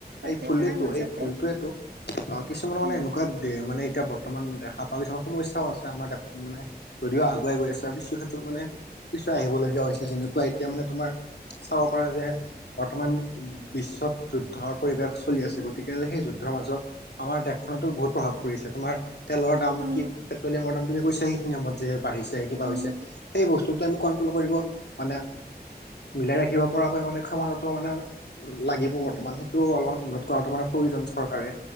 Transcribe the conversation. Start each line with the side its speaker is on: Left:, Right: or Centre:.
Right: তাতে
Left: এই ভুলেটো
Right: তাৰ মাজতে
Left: এই ভুলটোৱোটো অ, কিছুমান মানে
Right: উম
Left: এনেকুৱাত দে মানে, ব বৰ্তমান দেখা পাওঁ কিছুমান সমস্যাও আছে। আমাৰ দেশখন মানে যদিও আগুৱাই গৈ আছে, আৰু কিছু ক্ষেত্ৰত মানে কিছ আহিব লগীয়া হৈছে যেনেকুৱা এতিয়া মানে তোমাৰ চাব পাৰা যে, বৰ্তমান বিশ্বত যুদ্ধৰ পৰিৱেশ চলি আছে গতিকে সেই যুদ্ধৰ মাজত আমাৰ দেশখনতো বহুত প্ৰভাৱ পৰিছে। তোমাৰ তেলৰ দাম
Right: অ
Left: কি, পেট্ৰলিয়ামৰ দাম তুমি কৈছ সেই নিয়মত যে বাঢ়িছে কিবা
Right: উম,
Left: হৈছে। সেই বস্তুটো আমি কন্ট্ৰল কৰিব মানে মিলাই ৰাখিব পৰাকৈ মানে ক্ষমতাটো মানে লাগিব বৰ্তমান সেইটো অলপমান উন্নত কৰাটো মানে প্ৰয়োজন চৰকাৰে